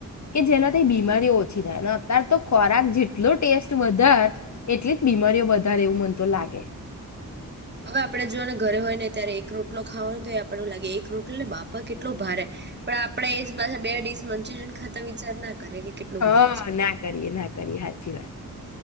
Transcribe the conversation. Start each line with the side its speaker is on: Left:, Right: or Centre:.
Left: કે જેનાથી બીમારીઓ ઓછી થાય અને અતારતો ખોરાક જેટલો ટેસ્ટ વધાર એટલી જ બીમારીઓ વધાર એવું મન તો લાગે.
Right: હવે આપડે જો ને ઘરે હોય ને ત્યારે એક રોટલો ખાવો હોયને તો ય આપડને એવુ લાગે એક રોટલો એટલે બાપા કેટલો ભારે પણ આપડે એ જ પાછા બે ડીશ મંચુરિયન ખાતા વિચાર ના કરીએ કે કેટલું
Left: હા
Right: ભારે છે
Left: ના કરીએ ના કરીએ હાચી વાત